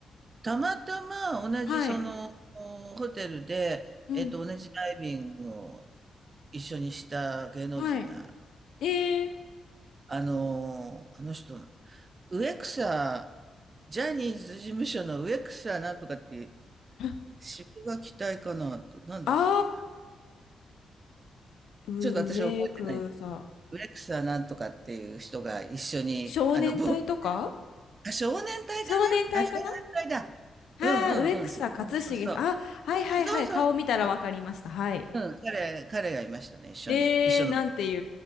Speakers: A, on the right; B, on the left.
A: たまたま同じその、
B: はい。
A: おホテルで、
B: うん。
A: えっと、同じダイビングを一緒にした芸能人が、
B: はい。えー、
A: あの、あの人、植草、ジャニーズ事務所の植草なんとかって
B: <laughs>
A: 渋が期待かなと、なんだったっけな。
B: あー、
A: ちょっと私は覚えてない。
B: 上草。
A: ウレクサなんとかっていう人が一緒に、
B: 少年隊とか
A: あの、ボート、あ、少年隊かなあ、
B: 少年隊かな
A: 少年隊だ。
B: はい、
A: うんうんうん、
B: 上草勝重さん。
A: そうそうそうそう。
B: あ、はいはいはい。
A: そうそうそう。
B: 顔見たらわかりました。はい。
A: うん、彼、彼がいましたね、一緒に。
B: えー、
A: 一緒のボート。
B: なんてい